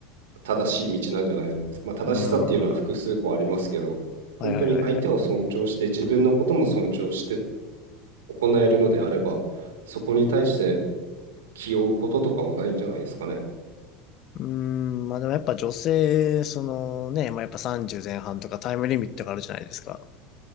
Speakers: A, on the right (about 75°); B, on the left (about 50°).
A: 正しい道なんじゃないですかね。まあ正しさっていうのは複数個ありますけど、
B: ーん。
A: 本当に相手を尊重して自分のことも尊重して
B: はいはいはいはい。
A: 行えるのであれば、そこに対して気負うこととかはないんじゃないですかね。
B: うーん、まあでもやっぱ女性、そのね、まあやっぱ30前半とかタイムリミットがあるじゃないですか。